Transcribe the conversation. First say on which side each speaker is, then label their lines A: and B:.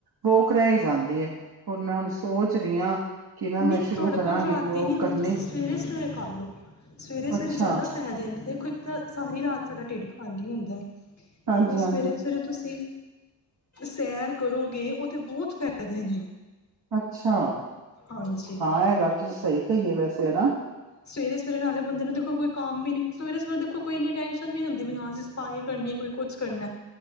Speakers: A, on the right (about 55°); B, on the left (about 40°).
A: ਲੋਕੋ ਰਹਿ ਹੀ ਜਾਂਦੀ ਹੈ ਹੋਰ ਮੈਂ ਹੁਣ ਸੋਚ ਰਹੀ ਹਾਂ ਕਿ ਨਾ
B: ਨਹੀਂ
A: ਮੈਂ ਸ਼ੁਰੂ
B: ਤੁਹਾਡੇ
A: ਕਰਾਂਗੀ
B: ਕੋਲ ਰਾਤ
A: ਵੋਕ
B: ਹੀ ਨਹੀਂੀ ਆਉਦੀ
A: ਕਰਨੀ
B: ਤੁਸੀਂ ਸਵੇਰੇ ਸਵੇਰੇ ਕਰ ਲਓ ਸਵੇਰੇ ਸਵੇਰੇ
A: ਅੱਛਾ
B: ਜ਼ਿਆਦਾ ਫਾਇਦੇ ਨੇ ਦੇਖੋ ਇੱਕ ਤਾਂ ਸਾਰੀ ਰਾਤ ਸਾਡਾ ਢਿੱਡ ਖਾ ਖ ਹੀ ਹੁੰਦਾ ਹੈ
A: ਹਾਂਜੀ
B: ਤੇ
A: ਹਾਂਜੀ।
B: ਸਵੇਰੇ ਸਵੇਰੇ ਤੁਸੀਂ ਸੈਰ ਕਰੋਗੇ ਉਹਦੇ ਬਹੁਤ ਫਾਇਦੇ ਨੇ
A: ਅੱਛਾ
B: ਹਾਂਜੀ
A: ਹਾਂ ਇਹ ਗੱਲ ਤੁਸੀਂ ਸਹੀ ਕਹੀ ਹੈ ਵੈਸੇ ਹਨਾ
B: ਸਵੇਰੇ ਸਵੇਰੇ ਨਾਲੇ ਬੰਦੇ ਨੂੰ ਦੇਖੋ ਕੋਈ ਕੰਮ ਵੀ ਨੀ ਸਵੇਰੇ ਸਵੇਰੇ ਦੇਖੋਈ ਇਨੀ ਟੈਂਸ਼ਨ ਵੀ ਨੀ ਹੁੰਦੀ ਵੀ ਹਾਂਸੀਂ ਸਫਾਈ ਕਰਨੀ ਕੋਈ ਕੁਛ ਕਰਨਾ